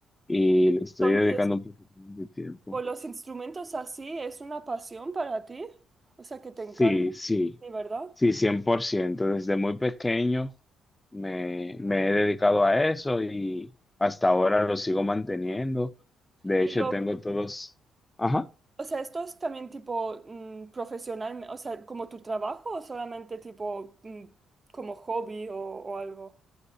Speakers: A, on the left; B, on the right.
A: y le estoy
B: Entonces,
A: dedicando un poquito de tiempo.
B: ¿o los instrumentos así es una pasión para ti? O sea, que te
A: Sí,
B: encanta,
A: sí,
B: ¿de verdad?
A: sí, 100%. desde muy pequeño. Me, me he dedicado a eso y hasta ahora lo sigo manteniendo. De
B: Y
A: hecho,
B: lo,
A: tengo todos... Ajá.
B: o sea, ¿esto es también tipo mm, profesional, o sea, como tu trabajo o solamente tipo mm, como hobby o, o algo?